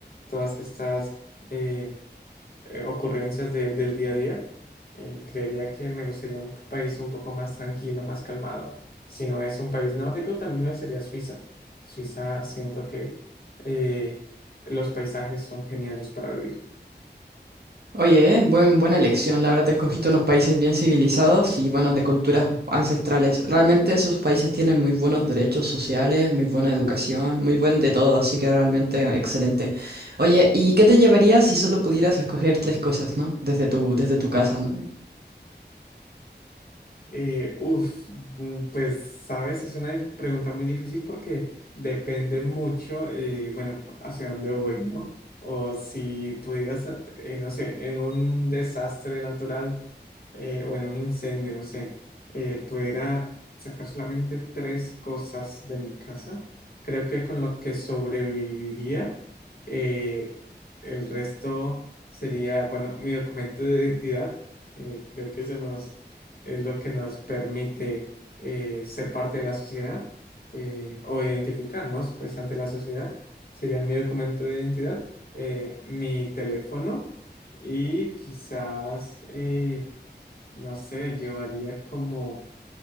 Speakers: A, on the left; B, on the right.
A: todas estas... eh, eh, ocurrencias de- del día a día. Eh, creería que me gustaría un país un poco más tranquilo, más calmado. Si no es un país nórdico, también me gustaría Suiza. Suiza, siento que eh, los paisajes son geniales para vivir.
B: Oye, eh, buen, buena elección. La verdad, te escogiste unos países bien civilizados y, bueno, de culturas ancestrales. Realmente esos países tienen muy buenos derechos sociales, muy buena educación, muy buen de todo, así que realmente excelente. Oye, ¿y qué te llevarías si solo pudieras escoger tres cosas, ¿no? Desde tu, desde tu casa, ¿no?
A: Eh, uf, mm, pues sabes, es una dif- pregunta muy difícil porque depende mucho, eh, bueno, p- hacia dónde voy, ¿no? O si pudieras, a- eh, no sé, en un desastre natural eh, o en un incendio, no sé, eh, pudiera sacar solamente tres cosas de mi casa, creo que con lo que sobreviviría, eh, el resto sería, bueno, mi documento de identidad, eh, creo que eso nos es lo que nos permite eh, ser parte de la sociedad eh, o identificarnos pues ante la sociedad. Sería mi documento de identidad, eh, mi teléfono y quizás, eh, no sé, llevaría como